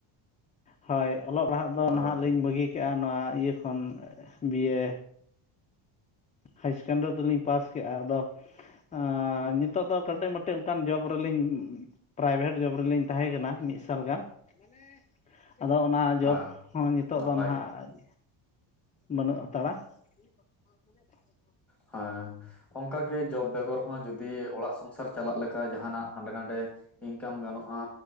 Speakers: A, on the left; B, in the centre.
A: ᱦᱳᱭ ᱚᱞᱚᱜ ᱯᱟᱲᱦᱟᱜ ᱫᱚ
B: ᱦᱳᱭ
A: ᱱᱟᱦᱟᱸᱜ ᱞᱤᱧ ᱵᱟᱹᱜᱤ ᱠᱮᱜᱼᱟ ᱱᱚᱣᱟ ᱤᱭᱟᱹ ᱠᱷᱚᱱ ᱵᱤᱭᱮ᱾ ᱦᱟᱭ ᱥᱮᱠᱮᱱᱰᱟᱨᱤ ᱫᱚᱞᱤᱧ ᱯᱟᱥ ᱠᱮᱜᱼᱟ ᱟᱫᱚ ᱟᱻ ᱱᱤᱛ ᱱᱤᱛᱚᱜ ᱫᱚ ᱠᱟᱹᱴᱤᱡ ᱢᱟᱹᱴᱤᱡ ᱢᱤᱫᱴᱟᱱ ᱡᱚᱵᱽ ᱨᱮᱞᱤᱧ ᱯᱨᱟᱭᱵᱷᱮᱴ ᱡᱚᱵᱽ ᱨᱮᱞᱤᱧ ᱛᱟᱦᱮᱸ ᱠᱟᱱᱟ ᱢᱤᱫ ᱥᱟᱞ ᱜᱟᱱ᱾ ᱢᱟᱱᱮ ᱟᱫᱚ ᱚᱱᱟ ᱡᱚᱵᱽ
B: ᱦᱮᱸ
A: ᱦᱚᱸ ᱱᱤᱛᱳᱜ
B: ᱱᱟᱯᱟᱭ
A: ᱫᱚ ᱱᱟᱦᱟᱸᱜ
B: ᱜᱮ
A: ᱵᱟᱹᱱᱩᱜ ᱦᱟᱛᱟᱲᱟ᱾ <inaudible>
B: ᱦᱮᱸ ᱚᱱᱠᱟ ᱜᱮ ᱡᱚᱵᱽ ᱵᱮᱜᱚᱨ ᱦᱚᱸ ᱡᱩᱫᱤ ᱚᱲᱟᱜ ᱥᱚᱝᱥᱟᱨ ᱪᱟᱞᱟᱜ ᱞᱮᱠᱟ ᱡᱟᱦᱟᱸᱱᱟᱜ ᱦᱟᱸᱰᱮ ᱱᱟᱰᱮ ᱤᱱᱠᱟᱢ ᱜᱟᱱᱚᱜᱼᱟ